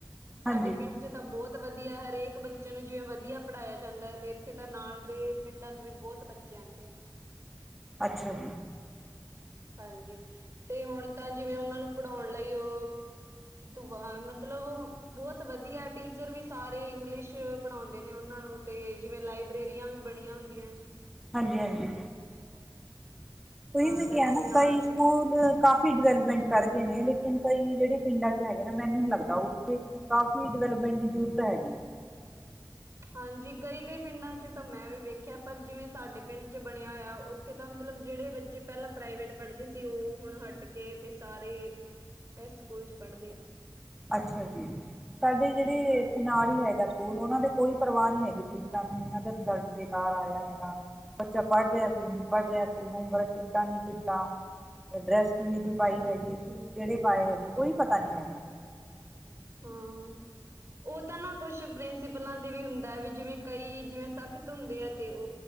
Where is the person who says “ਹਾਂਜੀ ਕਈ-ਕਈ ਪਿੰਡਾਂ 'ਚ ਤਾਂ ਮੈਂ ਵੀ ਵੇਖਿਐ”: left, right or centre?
Right